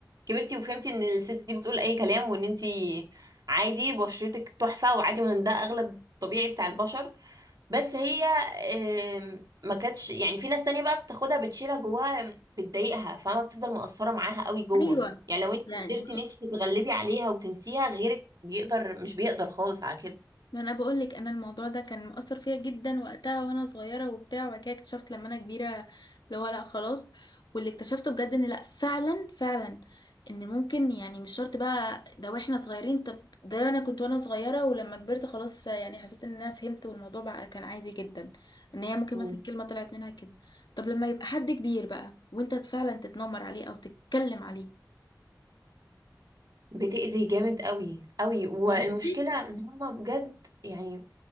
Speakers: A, on the right; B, on the left.
A: كبرتي وفهمتي ان الست دي بتقول اي كلام وان انت عادي بشرتك تحفة وعادي وان ده اغلب طبيعي بتاع البشر بس هي آم، ما كانتش يعني في ناس تانية بقى بتاخدها بتشيلها جواها بتضايقها فما بتفضل مقصرة معاها قوي جوه
B: ايوه
A: يعني لو انت
B: يعني
A: قدرتي ان انت تتغلبي عليها وتنسيها غيرك بيقدر مش بيقدر خالص على كده
B: ما انا بقول لك انا الموضوع ده كان مؤثر فيا جدا وقتها وانا صغيره وبتاع وبعد كده اكتشفت لما انا كبيره اللي هو لا خلاص واللي اكتشفته بجد ان لا فعلا فعلا ان ممكن يعني مش شرط بقى ده واحنا صغيرين طب ده انا كنت وانا صغيره ولما كبرت خلاص يعني حسيت ان انا فهمت والموضوع بقى كان عادي جدا ان هي ممكن
A: مم.
B: مثلا كلمه طلعت منها كده طب لما يبقى حد كبير بقى وانت فعلا تتنمر عليه او تتكلم عليه
A: بتأذي جامد قوي قوي والمشكلة
B: فهمتي
A: ان هما بجد يعني